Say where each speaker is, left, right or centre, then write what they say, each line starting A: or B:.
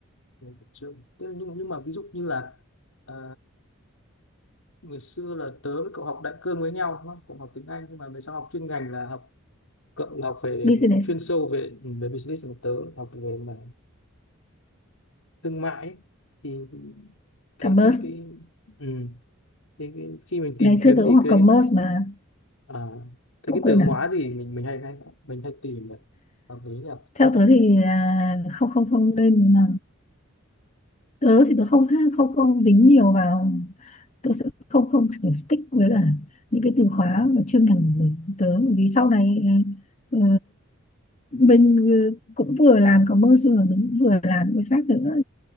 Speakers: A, on the left; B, on the left.
A: mình cũng chưa thế là nhưng nhưng mà ví dụ như là à, ngày xưa là tớ với cậu học đại cương với nhau đúng không cũng học tiếng Anh nhưng mà về sau học chuyên ngành là học cậu là học về
B: business
A: chuyên sâu về ừ, về business còn tớ học về mà thương mại ấy. thì cái
B: commerce
A: cái cái ừ. Thế cái, khi mình tìm
B: ngày xưa
A: kiếm
B: tớ cũng
A: thì
B: học
A: cái
B: commerce mà
A: À, thế
B: cậu
A: cái
B: quên
A: từ
B: à
A: khóa gì mình mình hay hay mình hay tìm nhỉ hợp lý nhỉ
B: theo tớ thì là không không không nên mà tớ thì tớ không không không dính nhiều vào tớ sẽ không không kiểu stick với là những cái từ khóa và chuyên ngành của mình. tớ vì sau này à, ờ, mình cũng vừa làm commerce rồi mình cũng vừa làm những cái khác nữa